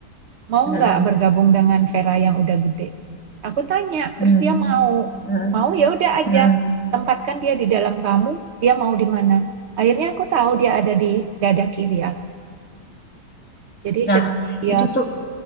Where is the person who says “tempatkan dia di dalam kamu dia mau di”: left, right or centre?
Right